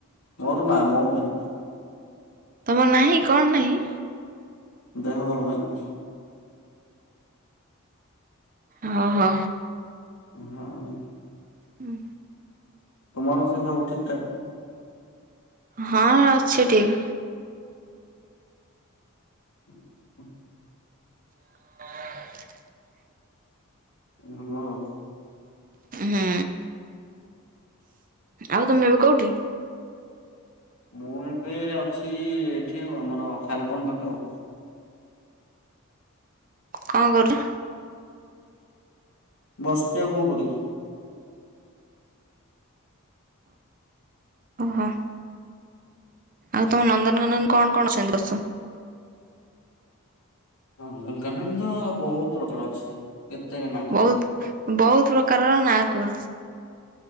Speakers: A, on the left (about 80°); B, on the right (about 40°).
A: ମୋର ନା ମୋର ନାହିଁ।
B: ତମର ନାହିଁ କଣ ନାହିଁ?
A: ଦେହ ଭଲନାହିଁ।
B: ଓ ହୋ
A: ହଁ।
B: ହୁଁ।
A: ତୁମର ସେସବୁ ଠିକ୍ ଠାକ୍?
B: ହଁ ଅଛି ଠିକ୍।
A: <inaudible>
B: <inaudible>
A: ଭଲ ଆଉ।
B: ହୁଁ। ଆଉ ତମେ ଏବେ କୋଉଠି?
A: ମୁଁ ଏବେ ଅଛି ଏଠି ଆଉ ଆମର ଫାଲକନ ପାଖେ ଆଉ।
B: କଣ କଲ?
A: ବସିଚି ଆଉ କଣ କରିବି।
B: ଓହୋ। ଆଉ ତମ ନନ୍ଦନକାନନ କଣ କଣ ସବୁ ଅଛି?
A: ନନ୍ଦନକାନନ ତ ବହୁତ ପ୍ରକାର ଅଛି। କେତେ ନାଁ କହିବି?
B: ବହୁତ ବହୁତ ପ୍ରକାରର ନାଁ କୁହ?